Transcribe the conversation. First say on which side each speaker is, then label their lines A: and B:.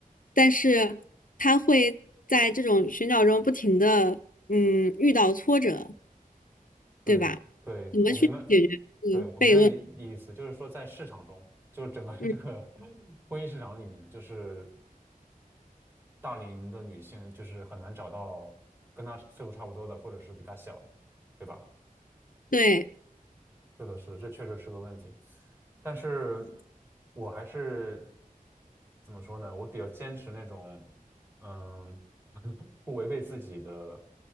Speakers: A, on the left; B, on the right.
A: 但是她会在这种寻找中不停的嗯遇到挫折，
B: 对，
A: 对吧？
B: 对，
A: 怎么去解决这个悖论？
B: 我明白，对，我明白意意思，就是说在市场中，就是整个这个
A: 嗯，
B: 婚姻市场里面，就是大龄的女性就是很难找到跟她岁数差不多的，或者是比她小的，对吧？
A: 对，
B: 是的，是的，这确实是个问题。但是我还是怎么说呢？我比较坚持那种，嗯，<laughs> 不违背自己的